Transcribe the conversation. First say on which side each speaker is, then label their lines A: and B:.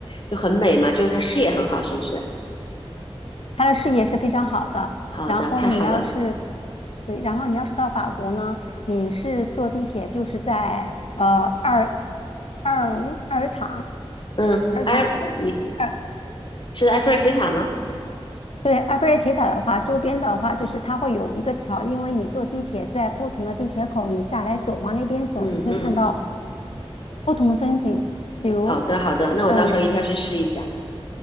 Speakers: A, on the left; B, on the left.
A: 就很美嘛，就是它视野很好，是不是？
B: 它的视野是非常好的。
A: 好的，
B: 然后你要是，
A: 太好了。
B: 对，然后你要是到法国呢，你是坐地铁就是在呃二。二尔塔
A: 嗯，
B: 而它，
A: 埃尔，你
B: 而
A: 是埃菲尔铁塔吗？
B: 对埃菲尔铁塔的话，周边的话就是它会有一个桥，因为你坐地铁在不同的地铁口，你下来走，往那边走，
A: 嗯嗯，
B: 你会看到不同的风景，比如，
A: 好的，好的，那我到时候一定要去试一下。
B: 嗯，